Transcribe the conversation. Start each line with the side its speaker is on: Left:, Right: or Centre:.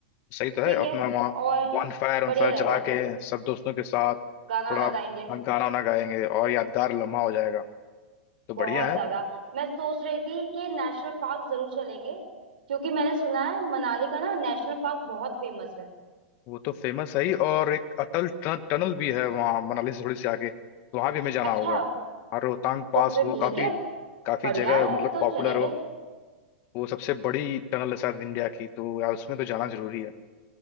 Left: सही तो है
Right: ठीक
Left: अपना
Right: है
Left: वहाँ
Right: और
Left: वन फायर वन
Right: बढ़िया
Left: फायर
Right: रहेगा
Left: जला के सब दोस्तों के साथ थोड़ा
Right: गाना वाना गाएंगे
Left: गाना वाना गाएंगे और यादगार लम्हा हो जाएगा तो
Right: बहुत
Left: बढ़िया
Right: ज्यादा
Left: है
Right: मैं सोच रही थी कि नेशनल पार्क जरूर चलेंगे क्योंकि मैंने सुना है मनाली का ना नेशनल पार्क बहुत फेमस है
Left: वो तो फेमस है ही और एक अटल टन, टनल भी है वहाँ मनाली से थोड़ी सी आगे तो वहाँ भी हमें जाना
Right: अच्छा
Left: होगा और रोहतांग पास
Right: तो फिर ठीक
Left: वो काफी
Right: है
Left: काफी
Right: बढ़िया
Left: जगह
Right: है
Left: मतलब
Right: तो
Left: पॉपुलर
Right: चलेंगे
Left: हो वो सबसे बड़ी टनल है शायद इंडिया की तो यार उसमें तो जाना जरूरी है